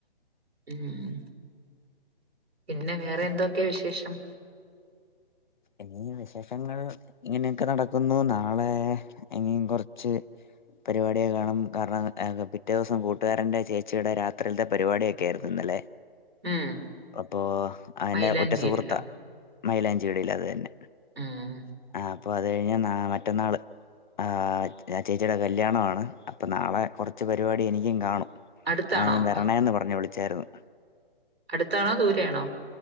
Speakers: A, on the right; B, on the left.
A: ഉം പിന്നെ വേറെ എന്തൊക്കെയാ വിശേഷം.
B: ഇനിയ് വിശേഷങ്ങൾ ഇങ്ങനെയൊക്കെ നടക്കുന്നു നാളെ ഇനിയും കൊറച്ച്. പരിപാടി കാണും കാരണം പിറ്റേ ദിവസം കൂട്ടുകാരന്റെ ചേച്ചിയുടെ രാത്രിയിലത്തെ പരിപാടിയൊക്കെ ആയിരുന്നു ഇന്നലെ
A: ഉം
B: അപ്പോ <unintelligible>
A: മൈലാഞ്ചിയിലോ
B: ഉറ്റ സുഹൃത്താ മൈലാഞ്ചി ഇടല് അത് തന്നെ.
A: ഉം
B: ആഹ് അപ്പൊ അത് കഴിഞ്ഞാ ന മറ്റന്നാള്. ആഹ് ആ ചേച്ചിയുടെ കല്യാണാണ് അപ്പൊ നാളെ കൊറച്ച് പരിപാടി എനിക്കും കാണും.
A: അടുത്താണോ
B: കാരണം വരണെന്ന്
A: അ-
B: പറഞ്ഞ് വിളിച്ചായിരുന്നു.
A: അടുത്താണോ ദൂരെയാണോ.